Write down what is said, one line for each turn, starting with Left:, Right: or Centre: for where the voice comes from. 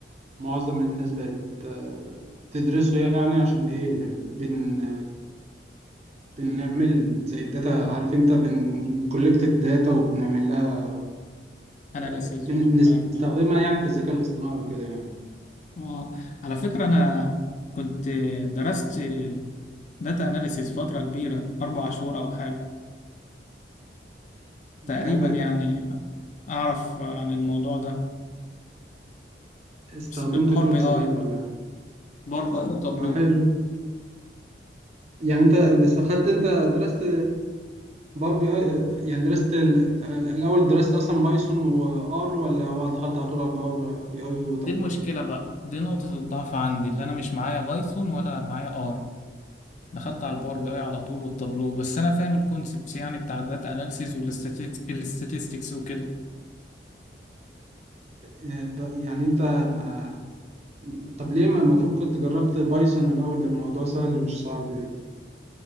Right: معظم الناس بقت آه، تدرسه يعني عشان ايه بن بنعمل زي الداتا عارف انت بنكولكت الداتا وبنعمل لها
Left: اناليسيز
Right: آه، بن-
Left: والكلام
Right: بنستخدمها
Left: ده
Right: يعني في الذكاء الاصطناعي وكده يعني
Left: اه على فكرة انا كنت درست داتا اناليسيز فترة كبيرة اربع شهور او حاجة
Right: بجد
Left: فتقريبا يعني أعرف عن الموضوع ده
Right: استخدمت
Left: بس بالباور
Right: تولز
Left: بي آي
Right: ايه ولا
Left: باور بي آي وتابلو
Right: آه حلو يعني انت استخدت انت درست باور بي اي آه، يعني درست ال- الاول درست اصلا بايثون وار ولا هو دخلت على طول على باور بي اي وتابلو
Left: دي المشكلة بقى دي نقطة الضعف عندي اللي أنا مش معايا بايثون ولا معايا آر دخلت على الباور بي آي على طول والتابلو بس أنا فاهم الكونسبتس يعني بتاع الداتا أناليسيز والاستاتستكس وكده
Right: آه، ده- يعني انت ما طب ليه ما المفروض كنت جربت بايثون الاول ده الموضوع سهل مش صعب يعني